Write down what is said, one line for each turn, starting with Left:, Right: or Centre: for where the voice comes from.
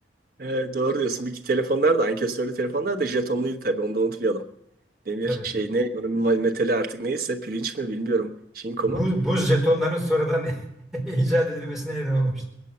Right: Evet, doğru diyorsun. Bir iki telefonlar da ankesörlü telefonlar da jetonluydu tabii onu da unutmayalım. Demir
Centre: Tabii.
Right: şey ne onun metali artık neyse pirinç mi bilmiyorum. Şinko
Centre: Bu,
Right: mu?
Centre: buz jetonların sonradan <laughs> icat edilmesine neden olmuş.